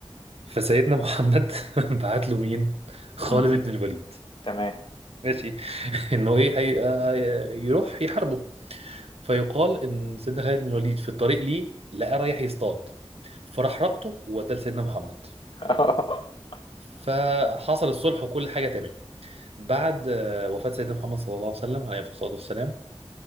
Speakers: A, on the right; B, on the left.
A: فسيدنا محمد <laughs> بعت له مين؟ خالد
B: مم.
A: بن الوليد
B: تمام
A: ماشي <laughs> انه ايه هي... آه، يروح يحاربه فيقال ان سيدنا خالد بن الوليد في الطريق ليه لقى رايح يصطاد فراح ربطه ووداه لسيدنا محمد
B: <laughs>
A: فحصل الصلح وكل حاجه تمام بعد آه، وفاه سيدنا محمد صلى الله عليه وسلم عليه الصلاه والسلام